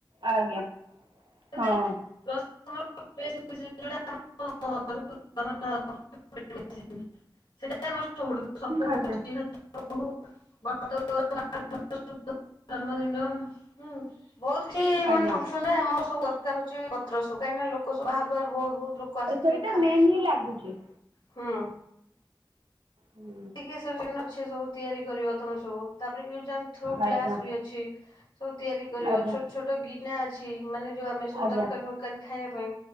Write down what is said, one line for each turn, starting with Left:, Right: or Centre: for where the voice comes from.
Right: ଆଜ୍ଞା।
Left: <unintelligible>
Right: ହଁ
Left: <unintelligible> ସେଟା <unintelligible> <unintelligible>
Right: ଆଜ୍ଞା
Left: ଜନ୍ମଦିନ। ହୁଁ ବହୁତ କିଛି ମାନେ
Right: ଆଜ୍ଞା
Left: ଫନ୍‌ସନ୍‌ ରେ ଆମ ସବୁ ଦରକାର ହୋଉଚି ପତ୍ର ସବୁ କାହିଁକ ନା ଲୋକ ସବୁହହାର ବାହାରୁ ବହୁତ ବହୁତ ଲୋକ ଆସିଥିବେ
Right: ସେଇଟା
Left: ଖା
Right: ମେନ୍ ହିଁ ଲାଗୁଛି।
Left: ହୁଁ।
Right: ହୁଁ।
Left: ଟିକେ ସବୁ ଅଛି ସବୁ ତିଆରି କରିବ ତମେ ସବୁ ତାପରେ ୟୁ ଆଣ୍ଡ ଥୋ
Right: ଆଜ୍ଞା
Left: ଗ୍ଲାସ ବି ଅଛି। ସବୁ ତିଆରି କରିବ
Right: ଆଜ୍ଞା
Left: ଛୋଟ ଛୋଟ ଗିନା ଅଛି। ମାନେ ଯେଉଁ ଆମେ ସବୁ
Right: ଆଜ୍ଞା
Left: ତରକାରୀ ଫରକାରୀ ଖାଇବା ପାଇଁ।